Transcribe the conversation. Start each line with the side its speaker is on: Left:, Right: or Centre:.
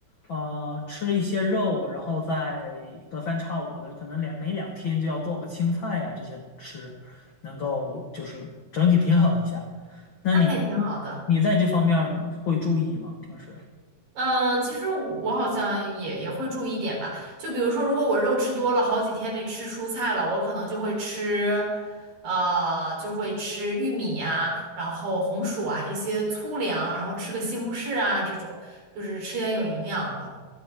Left: 呃，吃一些肉，然后再隔三差五的，可能两每两天就要做个青菜呀、这些吃，能够就是整体平衡一下。那你
Right: 那还挺好的。
Left: 你在这方面儿会注意吗？平时
Right: 嗯，其实我好像也也会注意一点吧。就比如说，如果我肉吃多了，好几天没吃蔬菜了，我可能就会吃，呃，就会吃玉米啊，然后红薯啊这些粗粮，然后吃个西红柿啊这种，就是吃点有营养的。